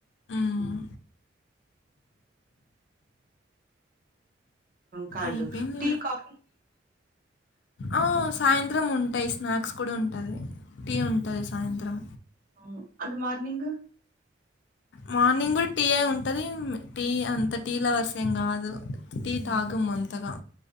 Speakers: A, on the left; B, on the right.
A: మ్
B: ఉమ్, కడు
A: అయిపోయింది
B: టీ కాఫీ
A: ఆ సాయంత్రం ఉంటాయి స్నాక్స్ కూడా ఉంటది. టీ ఉంటది సాయంత్రం
B: ఉ అంత మార్నింగ్
A: మార్నింగ్ కూడా టీయ ఉంటది టీ అంత టీ లవర్స్ ఏం కాదు. టీ
B: ఉమ్,
A: తాగం అంతగా